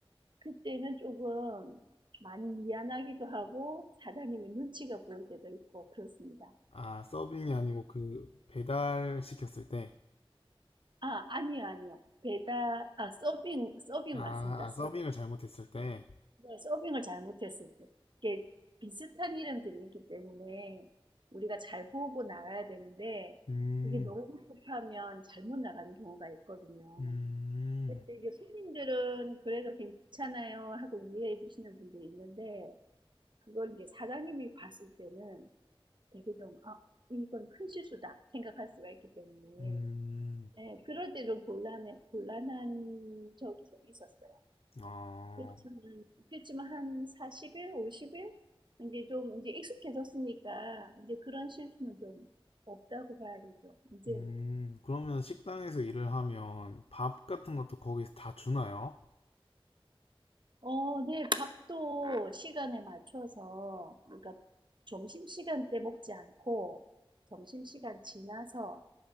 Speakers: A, on the right; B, on the left.
A: 그때는 조금 많이 미안하기도 하고 사장님의 눈치가 보일 때도 있고 그렇습니다.
B: 아, 서빙이 아니고 그 배달 시켰을 때.
A: 아, 아니요, 아니요. 배달, 아, 서빙, 서빙
B: 아,
A: 맞습니다.
B: 아,
A: 서,
B: 서빙을 잘못했을 때.
A: 네, 서빙을 잘못했을 때. 이게 비슷한 이름들이 있기 때문에 우리가 잘 보고 나가야 되는데
B: 음,
A: 이게 너무 급하면 잘못 나가는 경우가 있거든요.
B: 음,
A: 그때 이제 손님들은 그래도 괜찮아요 하고 이해해 주시는 분들이 있는데 그걸 이제 사장님이 봤을 때는 되게 좀, 아, 이건 큰 실수다 생각할 수가 있기 때문에
B: 음,
A: 네, 그럴 때 좀 곤란해, 곤란한 적이 좀 있었어요.
B: 어,
A: 그렇지만, 그렇지만 한 40일, 50일? 이제 좀, 이제 익숙해졌으니까, 이제 그런 실수는 좀 없다고 봐야 되죠, 이제는.
B: 음. 그러면 식당에서 일을 하면 밥 같은 것도 거기서 다 주나요?
A: 어, 네, 밥도 시간에 맞춰서, 그러니까 점심시간 때 먹지 않고, 점심시간 지나서,